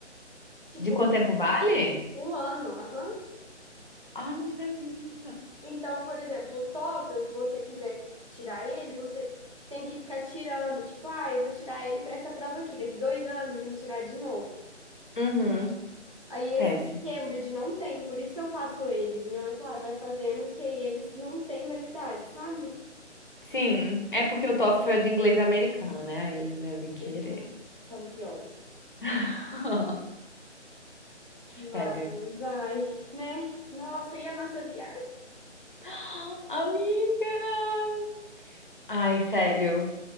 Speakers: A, on the right (about 30°); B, on the left (about 45°).
A: Tipo,
B: de quanto tempo vale?
A: um ano, aham.
B: Ah, não sabia.
A: Então, por exemplo, o TOEFL, se você quiser tirar ele, você tem que ficar tirando. Tipo, ah, eu vou tirar ele para essa prova aqui. Daqui dois anos eu tenho que tirar de novo.
B: Uhum,
A: Aí esse
B: péssimo.
A: de Cambridge não tem, por isso que eu faço eles. Minha mãe falou, ah, vai fazendo, porque aí eles não têm validade, sabe?
B: Sim, é porque o TOEFL é de inglês americano, né? Aí eles devem querer.
A: Eles são tão piores.
B: <laughs>
A: Mas,
B: Sério.
A: ai, né? Nossa, e a nossa viagem?
B: <gasps> Amiga! Ai, sério.